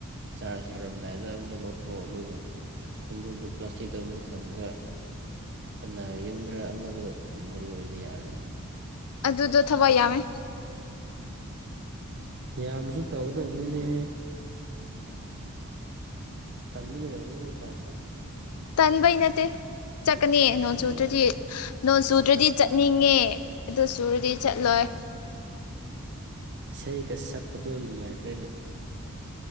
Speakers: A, on the right (about 50°); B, on the left (about 80°).
A: ꯆꯥꯔꯖ ꯌꯧꯔꯝꯗꯥꯏꯗ ꯑꯃꯨꯛ ꯂꯧꯊꯣꯛꯑꯣ ꯑꯗꯨꯒ ꯈꯨꯡꯒꯨꯞꯗꯨ ꯄ꯭ꯂꯥꯁꯇꯤꯛꯇ ꯑꯃ ꯊꯝꯃꯒ ꯀꯅꯥꯒꯤ ꯌꯨꯝꯗ꯭ꯔ ꯑꯃꯗ ꯊꯝꯃꯣ ꯑꯗꯨ ꯑꯣꯏꯔꯗꯤ ꯌꯥꯔꯦꯗꯅ
B: ꯑꯗꯨꯗꯣ ꯊꯕꯛ ꯌꯥꯝꯃꯦ
A: ꯌꯥꯝꯅꯁꯨ ꯇꯧꯗꯧꯕꯅꯤꯅꯦ ꯇꯟꯕꯒꯤ ꯑꯣꯏꯔꯝꯒꯤ ꯅꯪ ꯆ꯭ꯔꯁ ꯑꯗꯨ
B: ꯇꯟꯕꯩ ꯅꯠꯇꯦ ꯆꯠꯀꯅꯤ ꯅꯣꯡꯆꯨ
A: ꯇꯟꯕꯩꯅꯤ
B: ꯆꯨꯗ꯭ꯔꯗꯤ ꯅꯣꯡ ꯆꯨꯗ꯭ꯔꯗꯤ ꯆꯠꯅꯤꯡꯉꯦ ꯑꯗꯨ ꯆꯨꯔꯗꯤ ꯆꯠꯂꯣꯏ
A: ꯏꯁꯩꯀ ꯁꯛꯄꯗꯣ ꯅꯨꯡꯉꯥꯏꯇ꯭ꯔꯥꯅꯦ